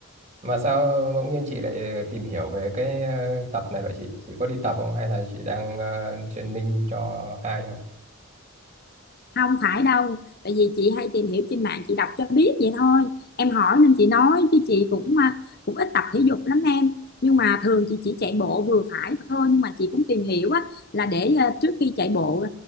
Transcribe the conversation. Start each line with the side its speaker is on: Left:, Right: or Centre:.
Right: mà sao bỗng nhiên chị lại tìm hiểu về cái ờ, tập này vậy chị chị có đi tập không hay là chị đang ờ, training cho ai không
Left: không phải đâu tại vì chị hay tìm hiểu trên mạng chị đọc cho biết vậy thôi em hỏi nên chị nói chứ chị cũng à, cũng ít tập thể dục lắm em nhưng mà thường chị chỉ chạy bộ vừa phải thôi nhưng mà chị cũng tìm hiểu á là để à, trước khi chạy bộ